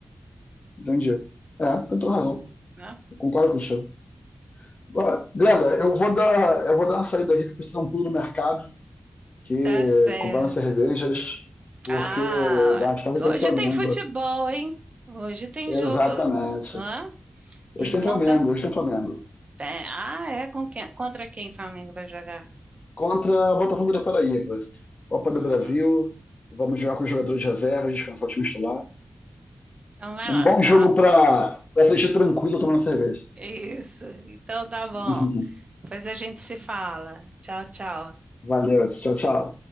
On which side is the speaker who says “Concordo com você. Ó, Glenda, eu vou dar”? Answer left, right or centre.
Left